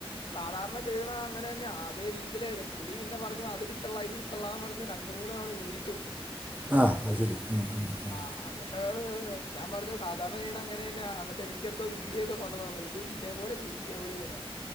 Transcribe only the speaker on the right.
ആ അത് ശരി ഉം ഉം ഉം